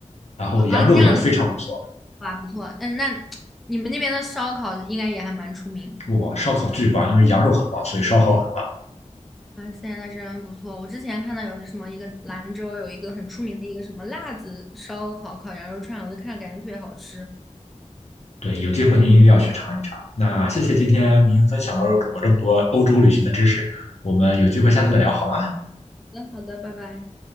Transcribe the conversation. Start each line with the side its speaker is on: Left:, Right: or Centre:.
Left: 然后羊肉也非常不错，
Centre: 啊啊，这样子，啊，不错。嗯，那你们那边的烧烤应该也还蛮出名。
Left: 哇，烧烤巨棒，因为羊肉很棒，所以烧烤很棒。
Centre: 啊，现在真不错！我之前看到有什么一个兰州有一个很出名的一个什么辣子烧烤烤羊肉串，我就看着感觉特别好吃。
Left: 对，有机会您一定要去尝一尝。那谢谢今天您分享了我这么多欧洲旅行的知识，我们有机会下次再聊好吗？
Centre: 好的，好的，拜拜。